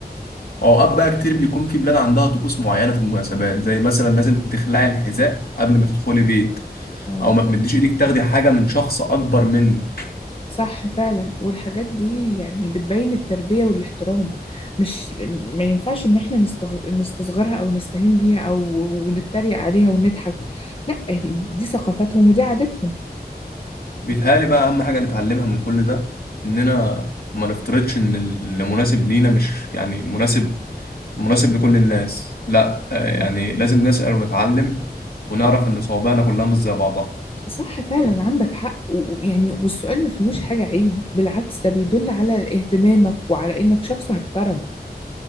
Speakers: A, on the left (about 65°); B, on the left (about 35°).
A: اوقات بقى كتير بيكون في بلاد عندها طقوس معينه في المناسبات زي مثلا لازم تخلعي الحذاء قبل ما تدخلي بيت
B: اه
A: او ما تمديش ايدك تاخدي حاجه من شخص اكبر منك
B: صح فعلا والحاجات دي يعني بتبين التربية والاحترام مش ما ينفعش ان احنا نستغ... نستصغرها او نستهين بيها او ونتريق عليها ونضحك لا دي ثقافتهم ودي عاداتهم
A: بيتهيألي بقى اهم حاجه نتعلمها من كل ده اننا ما نفترضش ان اللي مناسب لينا مش يعني مناسب مناسب لكل الناس لا آه، يعني لازم نسأل ونتعلم ونعرف ان صوابعنا كلها مش زي بعضها
B: صح فعلا عندك حق و- ويعني والسؤال ما فيهوش حاجة عيب بالعكس ده بيدل على اهتمامك وعلى إنك شخص محترم